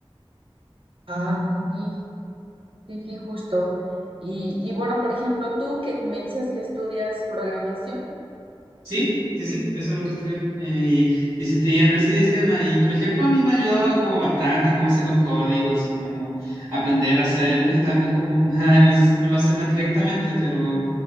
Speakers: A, on the right; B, on the right.
A: Ah, sí, sí, sí, sí, justo. Y, y bueno, por ejemplo, tú que me dices que estudias programación.
B: Sí, sí, sí, eso es lo que estudió. Eh, y, y si tenía análisis de sistema, y por ejemplo, a mí me ha ayudado como bastante cómo hacer los códigos y cómo aprender a hacerlos y también como <laughs> a veces me lo hacen más directamente, pero